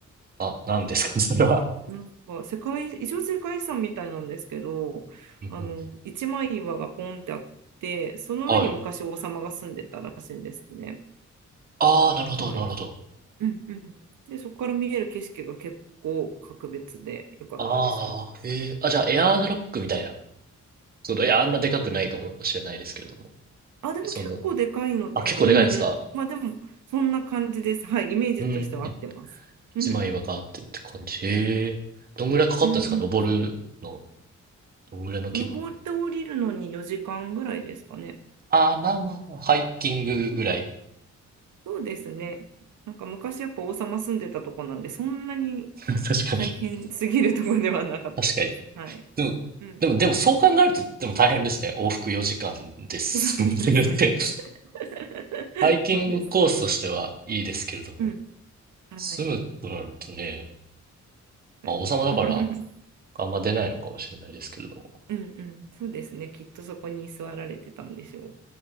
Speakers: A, on the right; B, on the right.
A: あ、何ですか <laughs> それは。
B: なんか、世界、一応世界遺産みたいなんですけど、
A: うんうん。
B: あの、一枚岩がポンってあって、その上に昔王様が住んでたらしいんですね。
A: はい。ああ、なるほど、
B: はい。
A: なるほど。
B: うんうん。で、そこから見える景色が結構格別で良かったですよ。
A: ああ、へえ。あ、じゃあ、エアーズロックみたいな。その、いや、あんなでかくないかもしれないですけれども。
B: あ、でも結構でかいので、
A: その、あ、結構でかいですか
B: うんうん。まあでも、そんな感じです。はい、イメージとしては合ってます。
A: うん、い
B: うん、
A: 一枚岩があってって感じ。へえ。どんぐらいかかったんですか登るの。
B: うん、
A: どんぐらいの規模の。
B: うん。登って降りるのに4時間ぐらいですかね。
A: ああ、まあまあまあ、ハイキングぐらい。
B: そうそうですね。なんか昔やっぱ王様住んでたとこなんで、そんなに
A: <laughs> 確かに。
B: 大変すぎるとこではなかったです。
A: 確かに。
B: はい。
A: でも、
B: うん。
A: でも、でもそう考えると、でも大変ですね。往復4時間です。
B: そうですね。
A: <laughs> それって、
B: <laughs>
A: ハイキングコースとしてはいいですけれども、
B: そうですね。うん。はい。
A: 住むとなるとね、
B: 確かに。
A: まあ、王様だから、
B: <laughs>
A: あんま出ないのかもしれないですけれども。
B: うんうん。そうですね。きっとそこに座られてたんでしょ